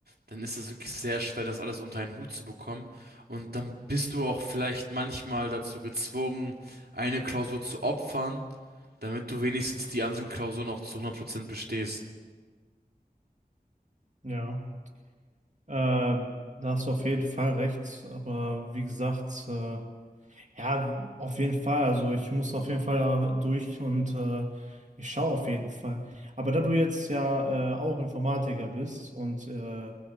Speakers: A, on the right; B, on the right.
A: dann ist es wirklich sehr schwer, das alles unter einen Hut zu bekommen. Und dann bist du auch vielleicht manchmal dazu gezwungen, eine Klausur zu opfern, damit du wenigstens die anderen Klausuren auch zu 100% bestehst.
B: Ja, äh, da hast du auf jeden Fall recht, aber wie gesagt, äh, Ja, auf jeden Fall. Also ich muss auf jeden Fall da durch und äh, ich schaue auf jeden Fall. Aber da du jetzt ja äh, auch Informatiker bist und äh,